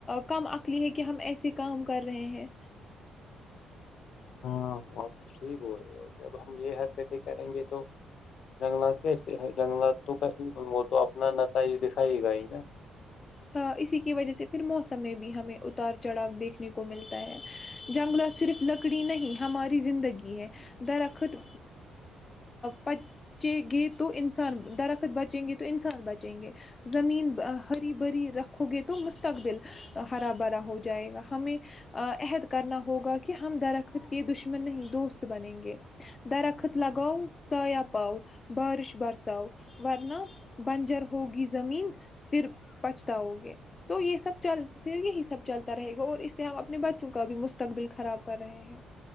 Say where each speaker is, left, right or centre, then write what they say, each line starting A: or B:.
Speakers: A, on the left (about 30°); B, on the left (about 65°).
A: کم عکلی ہے کہ ہم ایسے کام کر رہے ہیں
B: ہاں آپ تو صحیح بول رہے اور جب ہم یہ حرکتیں کریں گے تو جنگلات کیسے جنگلات تو وہ تو اپنا نتائج دکھائے گا ہی نا
A: ہاں اسی کی وجہ سے پھر موسم میں بھی ہمیں اتار چڑھاؤ دیکھنے کو ملتا ہے جنگلات صرف لکڑی نہیں ہماری زندگی ہے درخت پچے گے تو انسان درخت بچیں گے تو انسان بچیں گے زمین بری رکھو گے تو مستقبل ہرا بھرا ہو جائے گا ہمیں عہد کرنا ہوگا کہ ہم درخت کے دشمن نہیں دوست بنیں گے درخت لگاؤ سا پؤ بارش برسؤ ورنہ بنجر ہوگی زمین پھر بچتاؤگے تو یہ سب چل پھر یہی سب چلتا رہے گا اور اس سے ہم اپنے بچوں کا بھی مستقبل خراب کر رہے ہیں